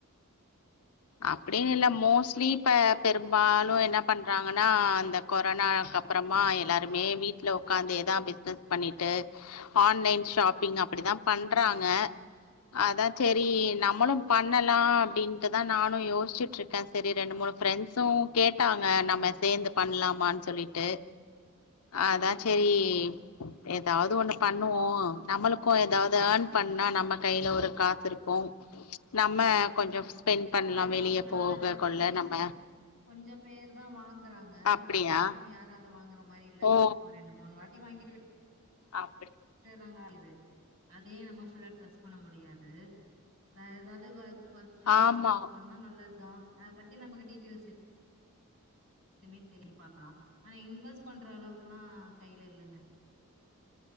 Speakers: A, on the left; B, on the right.
A: அப்டின்னு இல்ல மோஸ்ட்லி இப்ப பெரும்பாலு என்ன பண்றாங்கனா அந்த கொரோனாக்கு அப்புறமா எல்லாருமே வீட்ல உக்காந்தேதா பிஸ்னஸ் பண்ணிட்டு ஆன்லைன் ஷாப்பிங் அப்டிதா பண்றாங்க அதா சேரி நம்மளு பண்ணலா அப்டின்டு தா நானு யோசிச்சுட் இருக்கே சரி ரெண்டு மூனு ஃப்ரெண்ட்ஸு கேட்டாங்க நம்ம சேந்து பண்லாமான் சொல்லி டு அதா சேரி எதாவது ஒன்னு
B: ம்
A: பண்ணுவோ நம்மளுக்கு எதாவது ஏர்ன் பண்ணா நம்ம கையில ஒரு காசு இருக்கு நம்ம கொஞ்ச ஸ்பெண்ட் பண்லா
B: ஆனா
A: வெளியே
B: அது நா
A: போக
B: அது நா
A: கொள்ள
B: பண்ணிருக்கே
A: நம்ம
B: கொஞ்ச பேர் தா வாங்குறாங்க
A: அப்டியா
B: அதுக்கப்புற யாரு அத வாங்குற மாரி இல்ல
A: ஓ
B: ஒரு ரெண்டு மூனு வாட்டி வாங்கிட்டு விட்
A: ஆப்பிடி
B: டுர்றாங்க <unintelligible> அதே நம்ம புல்லா ட்ரெஸ் பண்ண முடியாது வேற எதாது ஒர்க் ஒர்க் ஃப்ரம்
A: ஆமா
B: ஹோம் ஜாப் பண்ணா நல்லதுதா அத பத்தி நமக்கு டீட்டெல்ஸு எதுவுமே தெரிய பாக்கலா ஆனா இன்வெஸ்ட் பண்ற அளவுக்கெல்லா கையில இல்லங்க